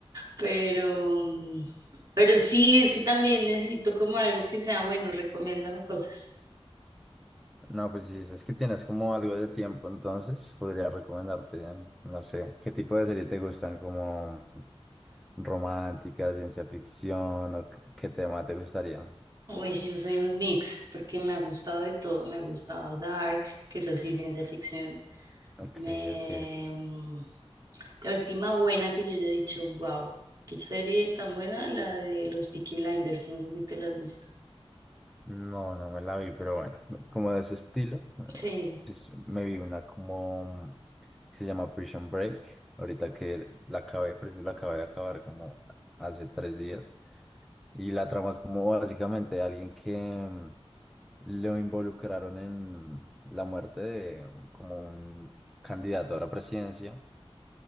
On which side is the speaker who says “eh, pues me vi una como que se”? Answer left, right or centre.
Centre